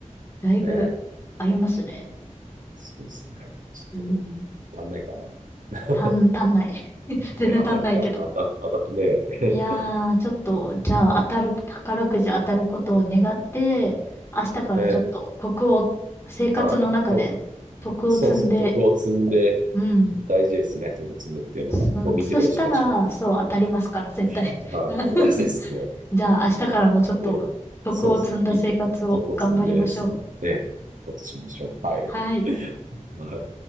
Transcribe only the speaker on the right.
ね、
そうですね。ちょっと
足んないかな。<laughs>
ね、当たりた、あた、当た、ね、<laughs>
うん。
で、
はい。徳、そうですね。徳を積んで
大事ですね。徳積むっていうのは。
ゴミ拾いしましょう。
<laughs> はい。
同じですね。
で、そうですね。いい。徳を積んで、積んで、ことしましょう。はい。
はい